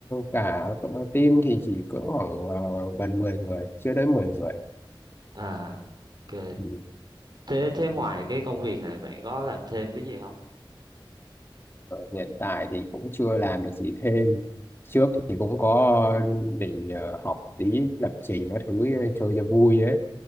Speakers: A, on the left (about 25°); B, on the right (about 55°).
A: cả team thì chỉ cỡ khoảng ờ, gần 10 người chưa đến mười người
B: À, ok.
A: Ừ.
B: Thế thế ngoài cái công việc này bạn có làm thêm cái gì không?
A: hiện tại thì cũng chưa làm được gì thêm trước thì cũng có định ờ, học tí lập trình các thứ ờ, chơi cho vui ấy